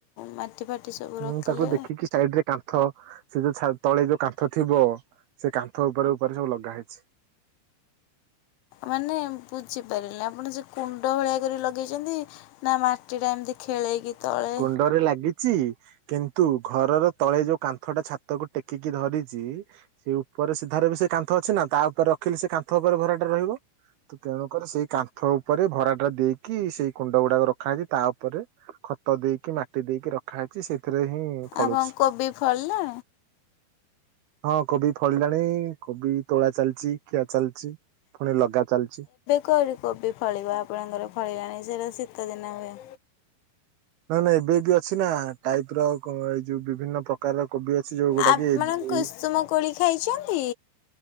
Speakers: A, on the left; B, on the right.
A: ମାଟି ଫାଟି ସବୁ।
B: ମୁଁ
A: ରଖିଲେ
B: ତାହାଠୁ ଦେଖିକି ସାଇଡ ରେ କାନ୍ଥ ସେ ଯୋଉ ତଳେ ଯୋଉ କାନ୍ଥ ଥିବ ସେ କାନ୍ଥ ଉପରେ ଉପରେ ସବୁ ଲଗା ହେଇଛି।
A: ମାନେ ବୁଝିପାରିଲେ ଆପଣ ସେ କୁଣ୍ଡ ଭଳିଆ କରି ଲଗେଇଛନ୍ତି। ନା ମାଟିଟା ଏମିତି ଖେଳେଇକି ତଳେ।
B: ଘରେ ଲାଗିଛି। ଚି କିନ୍ତୁ ଘରର ତଳେ ଯୋଉ କାନ୍ଥ ଟା ଛାତକୁ ଟେକିକି ଧରିଛି। ସେ ଉପରେ ସିଧାରେ ବି ସେ କାନ୍ଥ ଅଛି ନା ତା ଉପରେ ରଖିଲି ସେ କାନ୍ଥ ଉପରେ ଭରାଟା ରହିବ। ତ ତେଣୁକର ସେଇ କାନ୍ଥ ଉପରେ ଭରାଟା ଦେଇକି ସେଇ କୁଣ୍ଡ ଗୁଡାକ ରଖାଯାଇଛି ତା ଉପରେ ଖତ ଦେଇକି ମାଟି ଦେଇକି ରଖା ହେଇଛି ସେଥିରେ ହିଁ ଫଳୁଛି।
A: ଆ ବ କୋବି ଫଳିଲା?
B: ହଁ କୋବି ଫଳିଲାଣି କୋବି ତୋଳା ଚାଲିଛି ଖିଆ ଚାଲିଛି ପୁଣି ଲଗା ଚାଲିଛି।
A: କଲି କୋବି ଫଳିବା ଆପଣଙ୍କର ଫଳିଲାଣି ସେଇଟା ଶୀତଦିନ ହୁଏ।
B: ନାଇଁ ନାଇଁ ଏବେ ବି ଅଛି ନା ଟାଇପ୍ ର ଏଇ ଯୋଉ ବିଭିନ୍ନ ପ୍ରକାରର କୋବି। ଅଛି ଯୋଉଗୁଡା
A: ଆପଣ
B: କି ଏଇ
A: କୁସୁମ କୋଳି ଖାଇଛନ୍ତି।